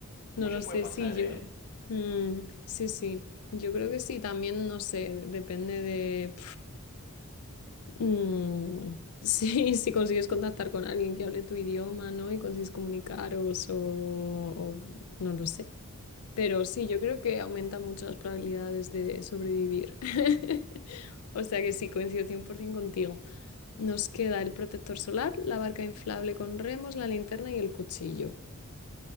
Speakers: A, on the left; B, on the left.
A: no
B: Mucho
A: lo sé,
B: puede pasar,
A: sí, yo.
B: ¿eh?
A: mm, sí, sí, yo creo que sí, también, no sé, depende de... Mm, sí, <laughs> si consigues contactar con alguien que hable tu idioma, ¿no? Y consigues comunicaros o, o no lo sé. Pero sí, yo creo que aumenta mucho las probabilidades de sobrevivir. <laughs> O sea que sí, coincido 100% contigo. Nos queda el protector solar, la barca inflable con remos, la linterna y el cuchillo.